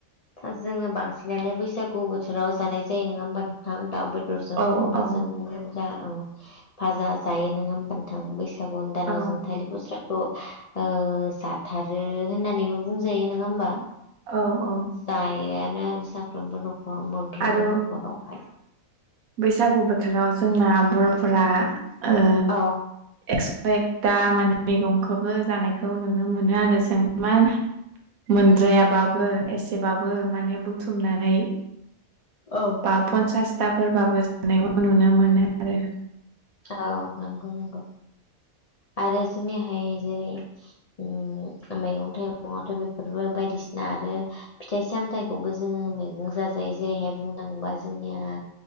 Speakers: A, on the left (about 70°); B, on the right (about 80°).
A: औ जोङो बांसिनानो बैसागु बोथोराव जानाय जायो नङा होमबा नोंथां दाउ बे बेदरजों
B: औ
A: अमाजोंनो
B: औ
A: जा औ फाजा जायो नङा हबा नोंथां बैस फागुन दानाव
B: औ
A: जों थालिर फस्राखौ ओ जाथारो होननानैबो बुंजायो नोङा होमबा?
B: औ औ
A: जायोआनो आरो साफ्रोमबो न'खर मोनफ्रोमबो
B: आरो
A: न'खरावहाय
B: बैसागु बोथोराव जोंना बर'फोरा ओ
A: औ
B: एकस' एकथा माने मैगंखौबो जानाय नुनो मोनो आरो जों मा मोनद्रायाबाबो एसे एसेबाबो माने बुथुमनानै
A: औ
B: बा पनसासथाफोरबाबो जानायखौ नुनो मोनो आरो
A: औ नंगौ नंगौ आरो जोंनिहाय जेरै उम मैगं थाइगंवाथ' बेफोरबो बायदिसिना आरो फिथाइ सामथाइखौबो जोङो मैगं जाजायो जेरैहाय बुंनो थाङोबा जोंनिया